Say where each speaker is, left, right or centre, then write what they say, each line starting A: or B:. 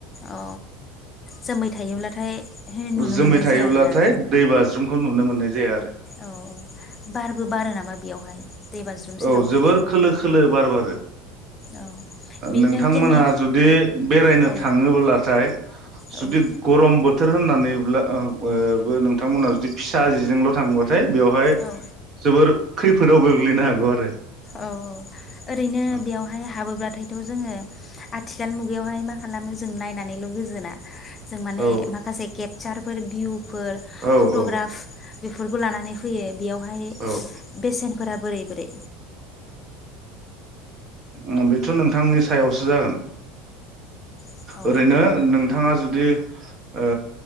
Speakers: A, on the left; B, on the right.
A: अ जोमै थायोब्लाथाय नुनो
B: जोमै
A: मोननाय
B: थायोब्लाथाय
A: जाया आरोना
B: दैबाज्रुम खौ नुनो मोननाय जाया आरो
A: औ बारबो बारो नामा बेयावहाय दै बाज्रुम सेरावहाय
B: औ जोबोर खोलो खोलो बार बार रो
A: औ बिदिनो
B: नोंथांमोनहा
A: गेमे
B: जुदि बेरायनो
A: औ
B: थाङोब्लाथाय जुदि
A: औ
B: गरम बो थोर होननानैब्ला ओ बो ओ ोंथांमोनहा जुदि फिसा जिजोंल' थाङो <unintelligible> बाथाय बेवहाय
A: औ
B: जोबोर खैफोदाव गोग्लैनो हा गौ आरो
A: औ औ ओरैनो
B: औ
A: बेवहाय हाबोब्लाथायथ' जोङो आथि दानि मुगायावहाय मा खालामो जों नायनानैल' गोजोना। जों माने
B: औ
A: माखासे केब जारफोर बिउ फोर
B: औ
A: फट'ग्राफ
B: औ
A: बेफोरखौ लानानै फैयो बेयावहाय
B: औ
A: बेसेन फोर बोरै बोरै
B: ओ बेथ' नोंथांनि सायावसो जागोन
A: अ
B: ओरैनो नों नोंथाङा जुदि ओ